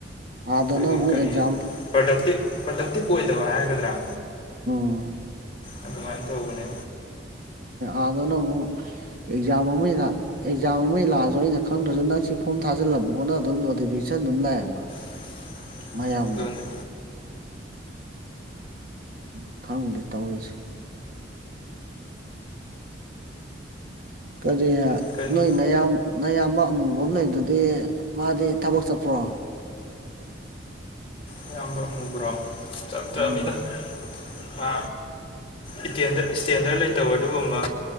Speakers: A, on the right (about 50°); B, on the left (about 30°).
A: ꯑꯥꯗꯅ
B: ꯑꯩꯈꯣꯏꯒꯤ
A: ꯑꯃꯨꯛ
B: ꯀꯔꯤ
A: ꯑꯦꯛꯖꯥꯝ
B: ꯄ꯭ꯔꯗꯛꯇꯤꯞ ꯄ꯭ꯔꯗꯛꯇꯤꯞ ꯑꯣꯏꯗꯕ ꯍꯥꯏꯒꯗ꯭ꯔꯥ
A: ꯎꯝ
B: ꯑꯗꯨꯃꯥꯏꯅ ꯇꯧꯕꯅꯦ
A: ꯑꯥꯗꯅ ꯑꯃꯨꯛ ꯑꯦꯛꯖꯥꯝ ꯑꯃ ꯑꯦꯛꯖꯥꯝ ꯑꯃ ꯂꯥꯛꯑꯁꯨ ꯑꯩꯅ ꯈꯪꯗ꯭ꯔꯁꯨ ꯅ ꯁꯤ ꯐꯣꯝ ꯊꯥꯖꯤꯜꯂꯝꯕꯣꯅ ꯑꯗꯨꯝ ꯅꯣꯇꯤꯐꯤꯀꯦꯁꯟ ꯑꯗꯨꯝ ꯂꯥꯛꯑꯦꯕ
B: <unintelligible>
A: ꯃꯌꯥꯝꯗꯣ
B: ꯑꯗꯨꯅꯤ
A: ꯎꯝ ꯈꯪꯗꯦ ꯇꯧꯔꯤꯁꯨ ꯀꯔꯤ
B: ꯀꯩꯅꯣ
A: ꯅꯣꯏꯅ ꯌꯥꯝ ꯅꯌꯥꯝꯕ ꯑꯃꯨꯕ ꯑꯃ ꯂꯩꯕꯗꯨꯗꯤ ꯃꯥꯗꯤ ꯊꯕꯛ ꯆꯠꯄ꯭ꯔꯣ
B: ꯑꯌꯥꯝꯕ ꯃꯨꯕ꯭ꯔꯣ ꯆꯠꯇ꯭ꯔꯃꯤꯗ
A: ꯎꯝ
B: ꯃꯥ ꯏꯁꯇꯦꯟꯗꯔꯠ ꯂꯩꯇꯕ ꯑꯗꯨꯒꯨꯝꯕ